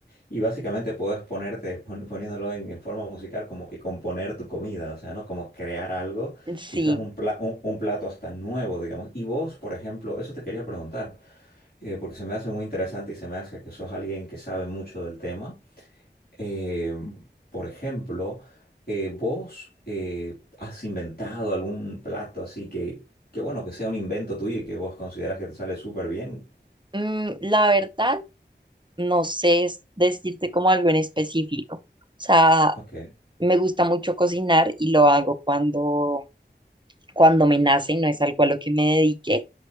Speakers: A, on the left (about 60°); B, on the right (about 25°).
A: y básicamente podés ponerte, <laughs> pon- poniéndolo en, en forma musical, como que componer tu comida, o sea, ¿no? Como crear algo,
B: sí.
A: quizás un, pla- un un plato hasta nuevo, digamos. Y vos, por ejemplo, eso te quería preguntar eh, porque se me hace muy interesante y se me hace que sos alguien que sabe mucho del tema. Eh, por ejemplo, eh, ¿vos eh, has inventado algún plato así que, que, bueno, que sea un invento tuyo y que vos consideras que te sale súper bien?
B: Mm, la verdad. no sé es- decirte como algo en específico. O sea,
A: Ok,
B: me gusta mucho cocinar y lo hago cuando, cuando me nace, no es algo a lo que me dedique,